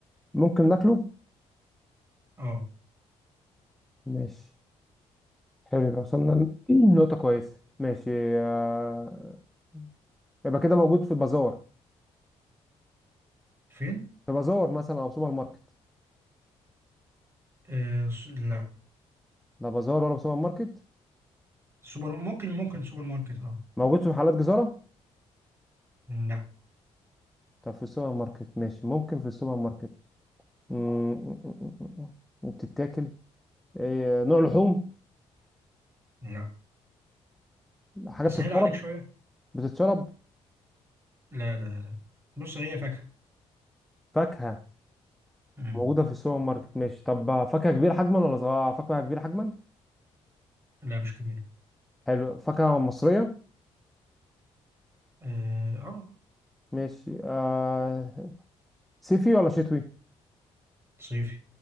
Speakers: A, in the centre; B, on the right.
A: ممكن ناكله
B: اه
A: ماشي حلو يبقى وصلنا ل- دي نقطة كويسة ماشي آه، يبقى كده موجود في بازار
B: فين؟
A: في بازار مثلا أو سوبر ماركت
B: آه س- لا
A: لا بازار ولا سوبر ماركت
B: سوبر ممكن ممكن سوبر ماركت اه
A: موجود في محلات جزارة
B: لا
A: طب في السوبر ماركت ماشي ممكن في السوبر ماركت م- م- م- م- م- بتتاكل إيه، نوع لحوم
B: لا
A: حاجة
B: اسهل
A: بتتشرب
B: عليك شويه
A: بتتشرب
B: لا لا لا لا. بص هي فاكهه
A: فاكهة
B: مم.
A: موجودة في السوبر ماركت ماشي طب فاكهة كبيرة حجما ولا صغيرة فاكهة كبيرة حجما
B: لا مش كبيره
A: حلو فاكهة مصرية
B: اه آه،
A: ماشي آه... صيفي ولا شتوي
B: صيفي